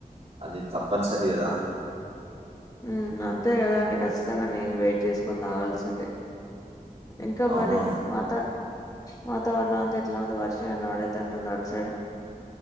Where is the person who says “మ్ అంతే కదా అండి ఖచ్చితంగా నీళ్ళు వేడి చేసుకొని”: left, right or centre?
Left